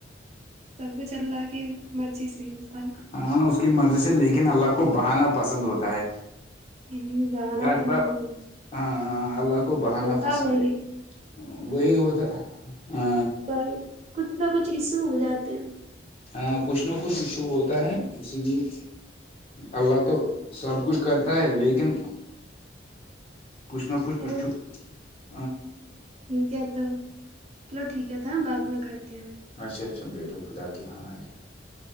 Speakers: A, on the right (about 35°); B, on the left (about 35°).
A: سب کو چل رہا ہے کہ مرضی سے انسان
B: ہاں اس کی مدد سے لیکن اللہ کو بہانا پسند ہوتا ہے
A: ہے جانا
B: کرتا
A: تو مل گئی
B: ہ اللہ کو بہانا
A: ہوتا
B: پسند
A: وہی
B: ہے وہی ہوتا ہ
A: پر کچھ نہ کچھ ایشو ہو جاتے ہیں
B: ہاں کچھ نہ کچھ ایشو ہوتا ہے اسی لیے اللہ تو سب کچھ کرتا ہے لیکن کچھ نہ کچھ
A: چلو
B: اھ
A: ٹھیک ہے تو چلو ٹھیک ہے تھا بعد میں کرتی ہوں
B: اچھا اچھا بیٹو خدا کے حوالے